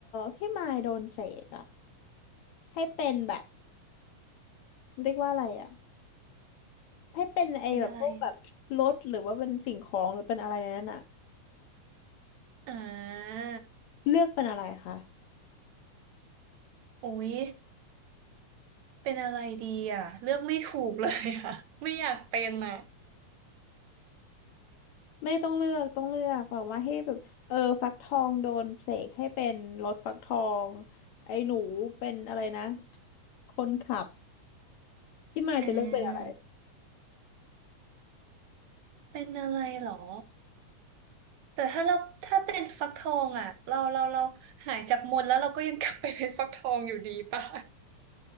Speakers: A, on the left; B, on the right.
A: พี่มายโดนเสกอะให้เป็นแบบเรียกว่าอะไรอะให้เป็นไอ้แบบพวกแบบรถหรือว่าเป็นสิ่งของหรือเป็นอะไรในนั้นอะ
B: <laughs> เป็นอะไรอะอ่า
A: เลือกเป็นอะไรคะ
B: โอ้ย เป็นอะไรดีอ่ะเลือกไม่ถูกเลยอ่ะ <laughs> ไม่อยากเป็นอ่ะ
A: ไม่ต้องเลือกต้องเลือกแบบว่าให้แบบเออฟักทองโดนเสกให้เป็นรถฟักทองไอ้หนูเป็นอะไรนะคนขับพี่มายจะเลือกเป็นอะไร
B: เออเป็นอะไรหรอแต่ถ้าเราถ้าเป็นฟักทองอ่ะเราเราเราหายจากมนต์แล้วเราก็ยังกลับไปเป็นฟักทองอยู่ดีป่ะ